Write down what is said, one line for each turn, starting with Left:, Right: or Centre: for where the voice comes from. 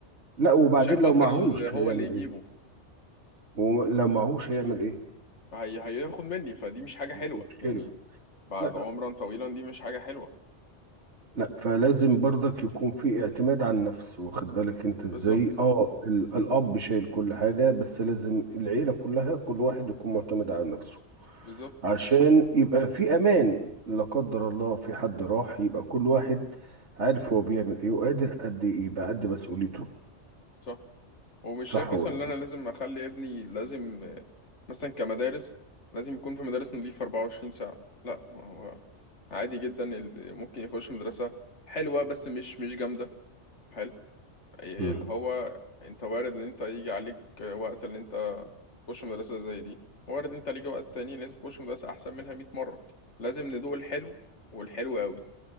Right: لا وبعدين
Left: مش هيفكر
Right: لو معهوش
Left: اللي هو
Right: هيعمل
Left: اللي يجيبه
Right: ايه ولو معهوش هيعمل ايه
Left: هي... هياخد مني فدي مش حاجه حلوه
Right: مشكلة
Left: يعني بعد
Right: لا
Left: عمرا طويلا دي مش حاجة حلوة
Right: لا فلازم برضك يكون في اعتماد على النفس واخد بالك انت ازاي
Left: بالظبط
Right: اه ال- الاب شايل كل حاجة بس لازم العيلة كلها كل واحد يكون معتمد على نفسه
Left: بالظبط
Right: عشان يبقى في امان لا قدر الله في حد راح يبقى كل واحد عارف هو بيعمل ايه وقادر قد ايه يبقى قد مسؤوليته
Left: صح ومش
Right: صح
Left: شايف مثلا
Right: ولا
Left: ان انا
Right: لا؟
Left: لازم اخلي ابني لازم آه، مثلا كمدارس لازم يكون في مدارس نظيفة 24 ساعة لا هو عادي جدا اللي ممكن يخش مدرسة حلوة بس مش مش جامدة حلو آه،
Right: مم.
Left: اللي هو انت وارد ان انت يجي عليك آه، وقت اللي انت تخش مدرسة زي دي وارد ان انت ليك وقت تاني لازم تخش مدرسة احسن منها 100 مرة لازم ندوق الحلو والحلو قوي